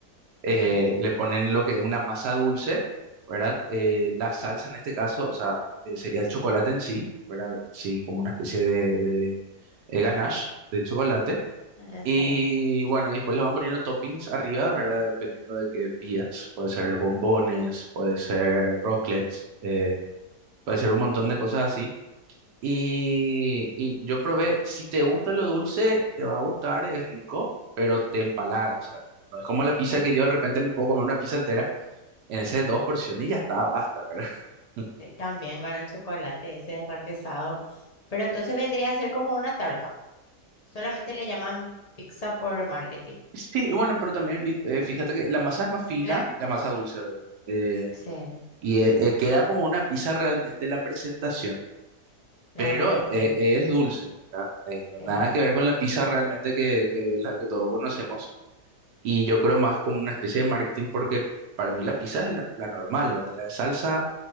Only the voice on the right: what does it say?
Eh,
le ponen lo que es una masa dulce, ¿verdad? Eh, la salsa en este caso, o sea, eh, sería el chocolate en sí, ¿verdad? Así como una especie de, de, eh, ganache de chocolate.
Y
bueno, y después le van poniendo toppings arriba, ¿verdad? Dependiendo de qué pidas. Puede ser bombones, puede ser rocklets, eh, puede ser un montón
de cosas así. Y, y yo probé, si te gusta lo dulce, te va a gustar, es rico, pero te empalaga. O sea, no es como la pizza
que yo de repente me puedo comer una pizza entera en esas dos porciones y ya está, basta, ¿verdad? <laughs>
Sí, y bueno, pero también vi- eh,
fíjate que la masa es más fina,
la masa dulce, ¿verdad? Eh,
y eh, eh, queda como una pizza realmente la presentación,
pero
eh, es
dulce, ¿verdad? Eh, no,
nada que ver con la pizza realmente que, que la que todos conocemos. Y yo creo más como una especie de marketing porque para mí la pizza es la, la normal, ¿verdad? La de salsa